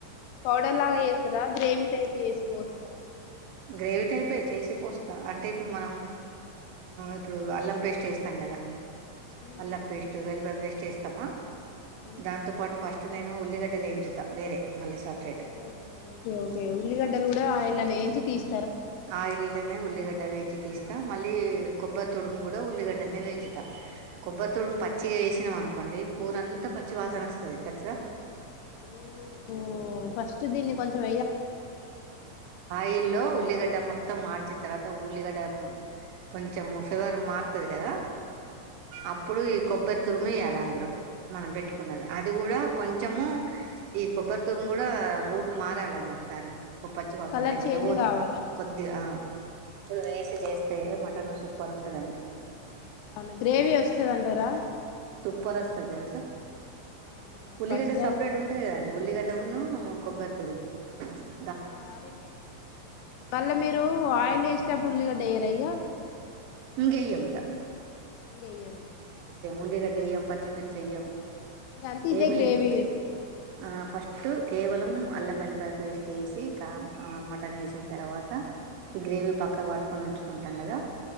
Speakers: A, on the left (about 85°); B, on the right (about 80°).
A: పౌడర్ లాగా వేస్తారా గ్రేవీ టైప్ వేసి పోస్తారా
B: గ్రేవీ టైపే చేసి పోస్తా అంటే ఇప్పుడు మనం ఇప్పుడు అల్లం పేస్ట్ వేస్తాం కదా
A: ఉమ్,
B: అల్లం పేస్ట్ వెలుగ పేస్ట్ చేస్తమా
A: ఉమ్, ఉమ్.
B: దాంతో పాటు పాస్ నేను ఉల్లిగడ్డ లేేయించుతా వేరే మళ్ళీ సపరేట్
A: ఓహో ఓకే ఓకే ఉల్లిగడ్డలు కూడా ఇలా నేయించి తీసి
B: ఆ ఇల్నే ఉల్లిగడ్డ వే కి తీస్తా మళ్ళీ కొబ్బరి తొడుము కూడా ఉల్లిగడ్డలని పెంచుతా కొబ్బరి
A: ఆ
B: తూడు పచ్చిగా వేసిన మనకు కోండి కూరంతా పచ్చి వాసన వస్తుంది తెలుసా
A: ఓహో ఫస్ట్ దిన్ని కొంచసం
B: ఆయిల్ ఉల్ కట్ట గడ మొత్తం మార్చిన తర్వాత ఉఊల్లిగడ్డ కొంచెం ఫ్లావర్ మారుతుంది కదా అప్పుడు ఈ కొబ్బరి తురుమయ్యాలి అందులో మనం పెట్టుకున్నది అది కూడా కొంచము ఈ కొబ్బరి తురుము కూడా రూట్ మారాలన్నట్ దంది పచ్చి వాసన
A: కలర్
B: లేకుండా
A: చేంజ్
B: పోతు
A: కావాలంట
B: కొద్ది అప్పుడు వే చేస్తే మటన్ సూపర్ ఉంటదండి
A: అవును గ్రేవి వస్తదంటారా
B: పస్త తెలుస
A: అవునా
B: ఉల్లిగడ్డ
A: ఫస్ట్ టైం
B: సపరేట్
A: వినడం
B: ఉంటంది కదండి ఉల్లిగడ్డ వున్న కొబ్బరి తూరు నమస్తే
A: ఆ రండి మళ్ళా మీరు ఆయిల్ వేసేప్పుడు ఉల్లిగ డయ్యర్ అయగా
B: ఇంగే ఎముగా
A: గయ ఎను
B: ఉల్లిగడ్డ ఎయ్యాం పచ్చిమిర్చి ఎయ్యాం
A: ఇంగ అంతే ఇదే
B: ఏమేయం
A: గ్రేవీ ఉందిగా
B: ఆ
A: ఉమ్
B: ఫస్ట్ కేవలం అల్లంయల్లిపాయ పేస్ట్ వేసి మటన్ వేసిన తర్వాత ఈ గ్రేవి పక్కగా వాటుకొనుచు కుంటాం కదా